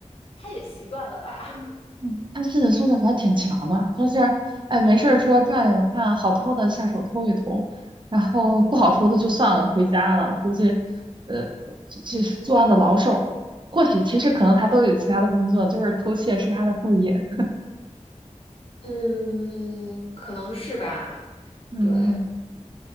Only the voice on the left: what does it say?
她也习惯了吧。<laughs>
嗯
嗯，可能是吧。
对，